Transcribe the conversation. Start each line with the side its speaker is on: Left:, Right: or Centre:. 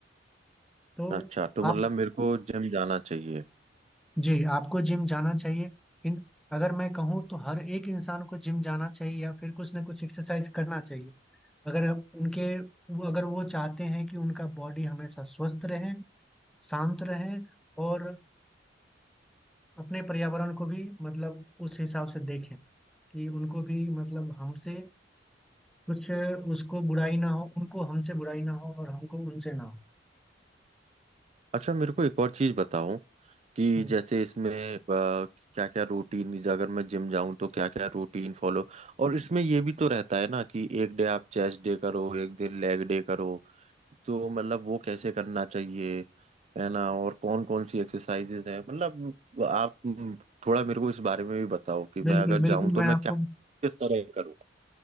Centre: तो
Right: अच्छा तो
Centre: आप
Right: मतलब मेरे को जिम जाना चाहिए
Centre: जी आपको जिम जाना चाहिए इन अगर मैं कहूँ तो हर एक इंसान को जिम जाना चाहिए या फिर कुछ ना कुछ एक्सरसाइज करना चाहिए अगर आप उनके वो अगर वो चाहते हैं कि उनका बॉडी हमेशा स्वस्थ रहे शांत रहे और अपने पर्यावरण को भी मतलब उस हिसाब से देखें कि उनको भी मतलब हमसे कुछ उसको बुराई ना हो उनको हमसे बुराई ना हो और हमको उनसे ना हो
Right: अच्छा मेरे को एक और चीज बताओ कि
Centre: हम्म,
Right: जैसे इसमें क्या क्या रूटीन अगर मैं जिम जाऊं तो क्या क्या रूटीन फॉलो और इसमें ये भी तो रहता है ना कि एक डे आप चेस्ट डे करो एक दिन लेग डे करो तो मतलब वो कैसे करना चाहिए है ना और कौन कौन सी एक्सरसाइजेज है मतलब आप हम्म, थोड़ा मेरे को इस बारे में भी बताओ कि मैं
Centre: बिल्कुल
Right: अगर
Centre: बिल्कुल
Right: जाऊं तो
Centre: मैं
Right: मैं
Centre: आपको
Right: क्या किस तरह करूँ